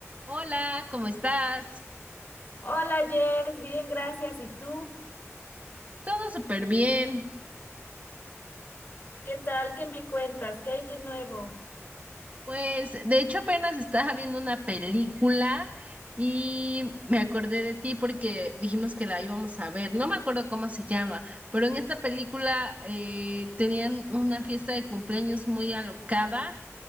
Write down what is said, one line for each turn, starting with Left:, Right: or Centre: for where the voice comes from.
Right: Hola, ¿cómo estás?
Left: Hola Jess, bien, gracias. ¿Y tú?
Right: Todo súper bien.
Left: ¿Qué tal? ¿Qué me cuentas? ¿Qué hay de nuevo?
Right: Pues de hecho apenas estaba viendo una película y me acordé de ti porque dijimos que la íbamos a ver. No me acuerdo cómo se llama, pero en esta película eh, tenían una fiesta de cumpleaños muy alocada